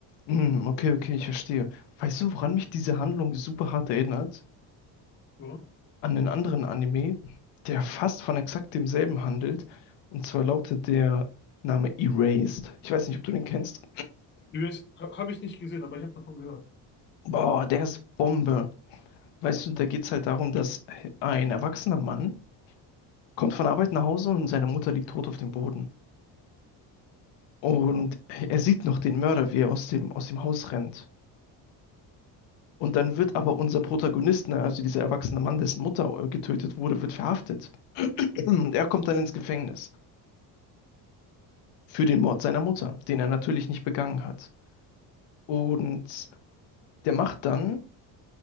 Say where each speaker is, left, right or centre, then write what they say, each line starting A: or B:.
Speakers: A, on the left (about 75°); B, on the left (about 25°).
A: Mm, okay, okay, ich verstehe. Weißt du, woran mich diese Handlung super hart erinnert?
B: Oder?
A: An einen anderen Anime, der fast von exakt demselben handelt. Und zwar lautet der Name Erased. Ich weiß nicht, ob du den kennst.
B: US habe ich nicht gesehen, aber ich habe davon gehört.
A: Boah, der ist Bombe. Weißt du, da geht's halt darum, dass ein erwachsener Mann kommt von Arbeit nach Hause und seine Mutter liegt tot auf dem Boden. Und
B: Ah,
A: er sieht noch den Mörder, wie er aus dem, aus dem Haus rennt. Und dann wird aber unser Protagonist,
B: ja,
A: ne, also dieser erwachsene Mann, dessen Mutter äh, getötet wurde, wird verhaftet. <clears throat> Und er kommt dann ins Gefängnis für den Mord seiner Mutter, den er natürlich nicht begangen hat. Und der macht dann